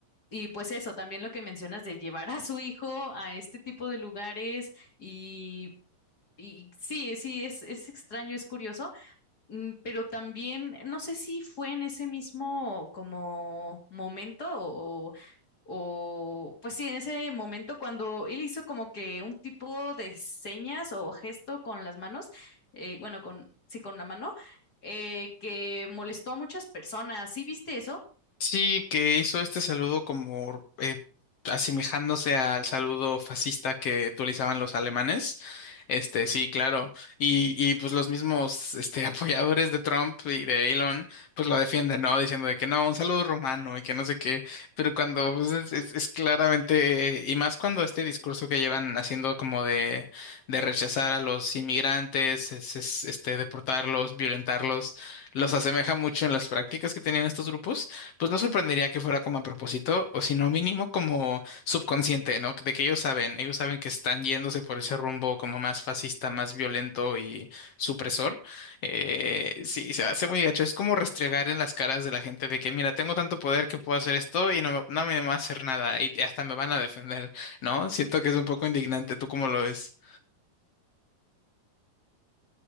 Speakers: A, on the left (about 30°); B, on the left (about 60°).
A: y pues eso, también lo que mencionas de llevar a su hijo a este tipo de lugares y, y sí, sí, es, es extraño, es curioso, mm, pero también no sé si fue en ese mismo como momento o, o pues sí, en ese momento cuando él hizo como que un tipo de señas o gesto con las manos, eh, bueno, con, sí, con la mano, eh, que molestó a muchas personas. ¿Sí viste eso?
B: Sí, que hizo este saludo como eh, asemejándose al saludo fascista que utilizaban los alemanes. Este, sí, claro. Y, y pues los mismos este, <laughs> apoyadores de Trump y de Elon, pues lo defienden, ¿no? Diciendo de que no, un saludo romano y que no sé qué. Pero cuando pues, es, es- es claramente, y más cuando este discurso que llevan haciendo como de, de rechazar a los inmigrantes, es- es, este, deportarlos, violentarlos, los asemeja mucho en las prácticas que tenían estos grupos. Pues no sorprendería que fuera como a propósito, o si no mínimo como subconsciente, ¿no? De que ellos saben, ellos saben que están yéndose por ese rumbo como más fascista, más violento y supresor. Eh, sí, se hace muy gacho. Es como restregar en las caras de la gente de que, mira, tengo tanto poder que puedo hacer esto y no, no me va a hacer nada y hasta me van a defender, ¿no? Siento que es un poco indignante. ¿Tú cómo lo ves?